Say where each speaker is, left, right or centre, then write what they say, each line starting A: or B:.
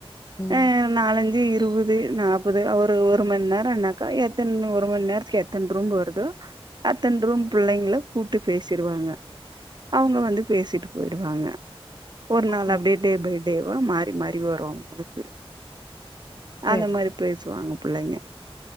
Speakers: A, on the left; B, on the right.
A: ம்
B: அ நாலஞ்சு இருவது நாப்பது ஒரு ஒரு மண் நேரன்னாக்கா எத்தன ஒரு மண் நேரத்துக்கு எத்தன ரூம் வருதோ அத்தன ரூம் பிள்ளைங்கள கூப்ட்டு பேசிருவாங்க அவங்க வந்து பேசிட்டு போயிடுவாங்க ஒரு நாள்
A: சரி
B: அப்படியே டே பை டேவா மாறி மாறி வரு உங்களுக்கு
A: சரி
B: அந்த மாரி பேசுவாங்க பிள்ளைங்க